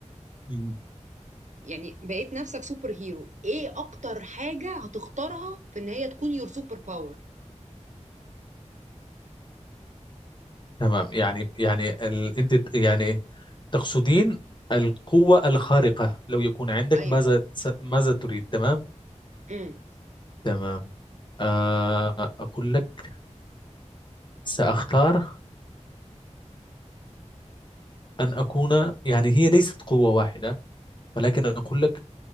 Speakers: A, on the left (about 40°); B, on the right (about 75°).
A: مم.
B: يعني بقيت نفسك سوبر هيرو ايه اكتر حاجة هتختارها في ان هي تكون يور سوبر باور
A: تمام يعني يعني ال... أنت يعني تقصدين القوة الخارقة لو يكون عندك
B: ايوه
A: ماذا س... ماذا تريد تمام
B: امم
A: تمام آه أقول لك سأختار أن أكون يعني هي ليست قوة واحدة ولكن أقول لك